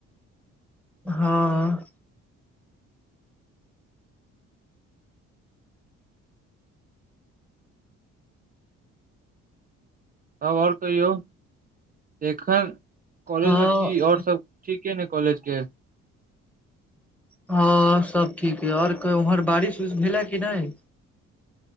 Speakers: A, in the centre; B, on the right.
A: हँ
B: तब ओर कहियौ एखन कॉलेजमे
A: हँ
B: की आओर ठीके ने कॉलेज के
A: हँ सब ठीक छीऔरउम्हर बारिश वारिश भेलै कि नय